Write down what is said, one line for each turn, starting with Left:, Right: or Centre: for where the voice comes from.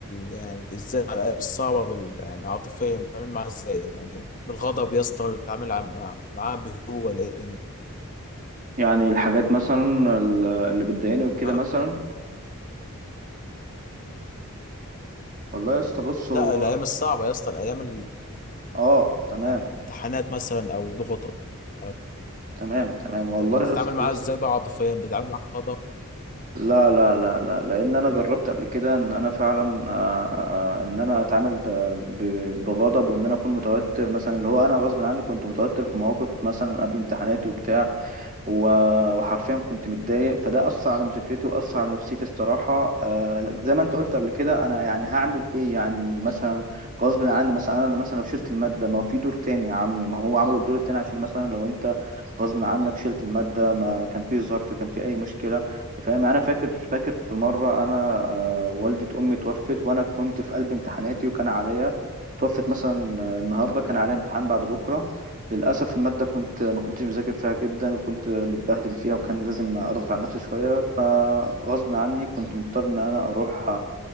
Left: يعني ازاي على الايام الصعبه بال... يعني عاطفيا بتتعامل معاها ازاي يعني بالغضب يا اسطى ولا بتتعامل ع- مع- معاها بهدوء ولا ايه الدنيا
Right: يعني الحاجات مثلا ال- اللي بتضايقني وكده
Left: ها
Right: مثلا والله يا اسطى بص
Left: لا
Right: هو
Left: الايام الصعبه يا اسطى الايام ال...
Right: اه تمام
Left: يعني امتحانات مثلا او ضغوطات او
Right: تمام تمام
Left: بت-
Right: والله
Left: بتتعامل
Right: يا اسطى
Left: معاها
Right: بص
Left: ازاي بقى عاطفيا بتتعامل معاها بغضب
Right: لا لا لا لا لان انا جربت قبل كده ان انا فعلا آه، آه، ان انا اتعامل ب- ب- بغضب وان انا اكون متوتر مثلا اللي هو انا غصب عني كنت متوتر في مواقف مثلا قبل امتحاناتي وبتاع و- وحرفيا كنت متضايق فده أثر على مذاكرتي وأثر على نفسيتي الصراحة آه، زي ما أنت قلت قبل كده أنا يعني هعمل إيه يعني مثلا غصب عني مثلا أنا مثلا لو شلت المادة ما هو في دور تاني يا عمي ما هو عملوا الدور التاني عشان مثلا لو أنت غصب عنك شلت المادة ما كان في ظرف كان في أي مشكلة أنت فاهم يعني أنا فاكر فاكر في مرة أنا آه، والدة أمي توفت وأنا كنت في قلب امتحاناتي وكان عليا توفت مثلا آه، النهارده كان عليا امتحان بعد بكرة للأسف المادة كنت ما كنتش مذاكر فيها جدا وكنت متبهدل فيها وكان لازم أضغط على نفسي شوية فغصب عني كنت مضطر إن أنا أروح